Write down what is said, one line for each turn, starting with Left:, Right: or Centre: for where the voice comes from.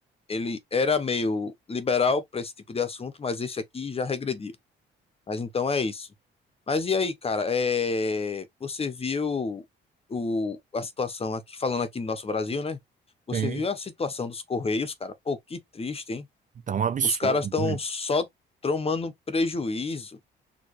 Left: ele era meio liberal para esse tipo de assunto, mas esse aqui já regrediu. Mas então é isso. Mas e aí, cara? é, Você viu o... a situação aqui, falando aqui no nosso Brasil, né? Você
Right: Tem,
Left: viu a situação dos Correios, cara? Pô, que triste, hein?
Right: tá um absurdo,
Left: Os caras estão
Right: né?
Left: só tomando prejuízo.